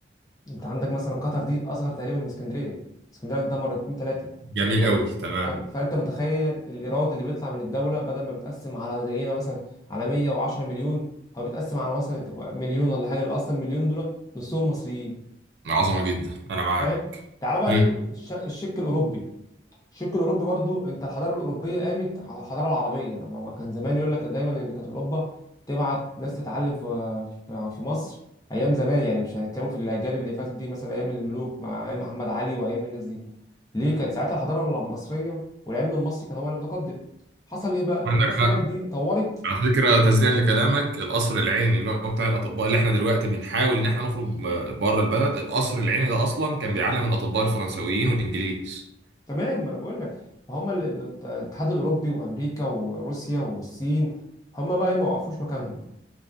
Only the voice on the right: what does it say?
جميل
قوي تمام
عظمة جدا أنا معاك
مم.
عندك
حق
على فكرة تسديدا لكلامك القصر العيني اللي هو بتاع الأطباء اللي احنا دلوقتي بنحاول إن احنا نخرج بره البلد القصر العيني ده أصلا كان بيعلم الأطباء الفرنسويين والإنجليز